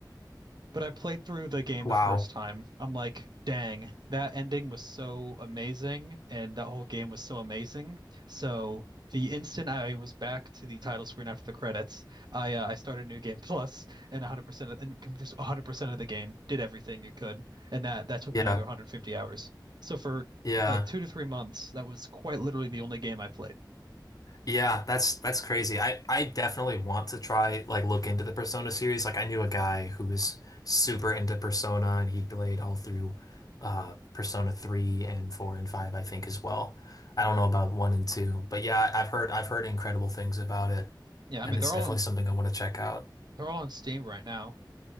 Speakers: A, on the right (about 65°); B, on the left (about 50°).
A: But I played through the game
B: Wow.
A: the first time. I'm like, dang, that ending was so amazing, and that whole game was so amazing. So the instant I was back to the title screen after the credits, I uh, I started New Game Plus, and 100% of, and com- just 100% of the game did everything you could, and that that took
B: Yeah,
A: me another 150 hours. So for
B: yeah.
A: like two to three months, that was quite literally the only game I played.
B: Yeah, that's that's crazy. I I definitely want to try like look into the Persona series. Like I knew a guy who was super into Persona and he played all through uh Persona 3 and 4 and 5 I think as well. I don't know about 1 and 2, but yeah, I've heard I've heard incredible things about it
A: Yeah, I
B: and
A: mean
B: it's
A: they're
B: definitely
A: all on
B: something I want to check out.
A: they're all on Steam right now,